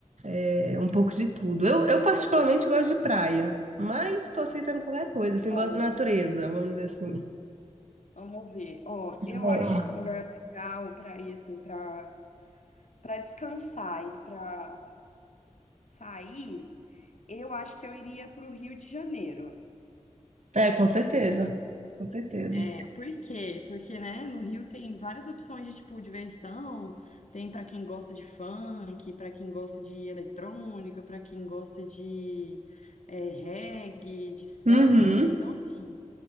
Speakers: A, on the right (about 65°); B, on the left (about 70°).
A: é, um pouco de tudo. Eu, eu particularmente gosto de praia, mas tô aceitando qualquer coisa, assim,
B: Show.
A: gosto da natureza, vamos dizer assim.
B: Vamos ver. Ó, eu
A: Bom,
B: acho que um lugar legal para ir assim, para para descansar e para sair Eu acho que eu iria para o Rio de Janeiro.
A: é, com certeza, com certeza.
B: É, por quê? Porque, né, no Rio tem várias opções de, tipo, diversão, tem pra quem gosta de funk, pra quem gosta de eletrônica, pra quem gosta de é, reggae, de samba,
A: Uhum,
B: então, assim,